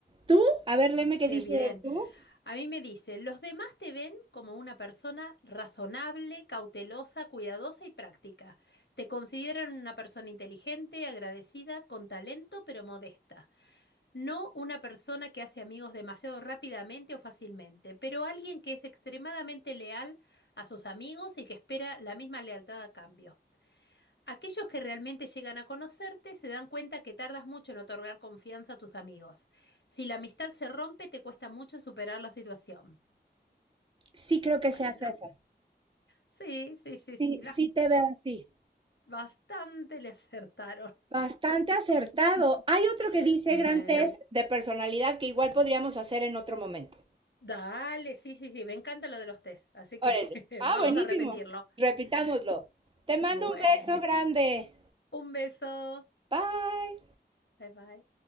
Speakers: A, on the right; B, on the left.
A: ¿Tú? A ver, léeme qué
B: Qué
A: dice
B: bien.
A: tú.
B: A mí me dice, los demás te ven como una persona razonable, cautelosa, cuidadosa y práctica. Te consideran una persona inteligente, agradecida, con talento, pero modesta. No una persona que hace amigos demasiado rápidamente o fácilmente, pero alguien que es extremadamente leal a sus amigos y que espera la misma lealtad a cambio. Aquellos que realmente llegan a conocerte se dan cuenta que tardas mucho en otorgar confianza a tus amigos. Si la amistad se rompe, te cuesta mucho superar la situación.
A: Sí creo que
B: Bueno,
A: seas esa.
B: sí, sí, sí,
A: Sí,
B: sí, bas-
A: sí te veo así.
B: bastante le acertaron.
A: Bastante acertado. Hay otro que dice
B: Bueno,
A: gran test de personalidad que igual podríamos hacer en otro momento.
B: dale, sí, sí, sí, me encanta lo de los test, así
A: Órale.
B: que <laughs>
A: Ah,
B: vamos
A: buenísimo.
B: a repetirlo.
A: Repitámoslo. Te mando
B: Bueno,
A: un beso grande.
B: un beso,
A: Bye.
B: bye bye.